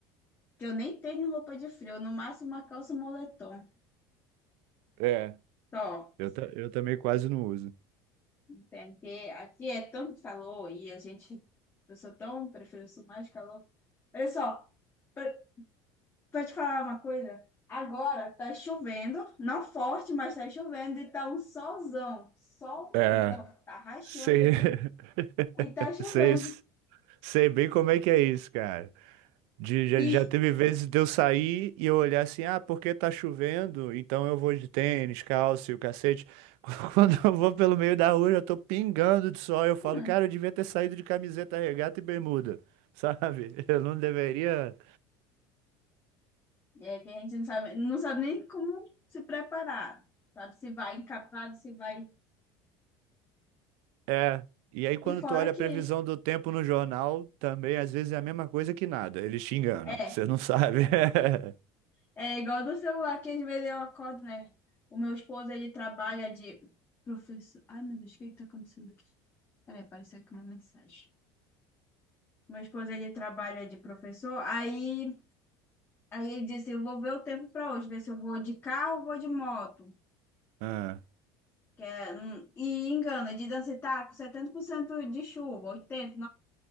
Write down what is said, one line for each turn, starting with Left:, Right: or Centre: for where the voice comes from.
Left: que eu nem tenho roupa de frio, no máximo uma calça e um moletom.
Right: É.
Left: Só.
Right: Eu, ta- eu também quase não uso.
Left: Tem que- aqui é tanto calor e a gente. Eu sou tão. Prefiro isso mais calor. Olha só, pra, pra te falar uma coisa. Agora tá chovendo, não forte, mas tá chovendo e tá um solzão. Solzão.
Right: É.
Left: Tá rachando
Right: Sei...
Left: aqui.
Right: <laughs>
Left: E tá chovendo.
Right: sei, sei bem como é que é isso, cara. De, já,
Left: E.
Right: já teve vezes de eu sair e eu olhar assim, ah, porque tá chovendo, então eu vou de tênis, calça e o cacete. <laughs> Quando eu vou pelo meio da rua, eu tô pingando de sol, eu falo,
Left: hum,
Right: cara, eu devia ter saído de camiseta, regata e bermuda, sabe? <laughs> Eu não deveria.
Left: É que a gente não sabe, não sabe nem como se preparar, sabe? Se vai encapado, se vai.
Right: É. E aí, quando
Left: E fora
Right: tu olha
Left: que
Right: a previsão do tempo no jornal, também às vezes é a mesma coisa que nada, eles te enganam,
Left: é,
Right: você não sabe. <laughs>
Left: é igual do celular que às vezes eu acordo, né? O meu esposo, ele trabalha de professor. Ai, meu Deus, o que que tá acontecendo aqui? Peraí, apareceu aqui uma mensagem. Meu esposo, ele trabalha de professor, aí, aí ele disse, eu vou ver o tempo para hoje, ver se eu vou de carro ou vou de moto.
Right: Ah.
Left: Que é, hum, e engana, de dança, tá com 70% de chuva, 80,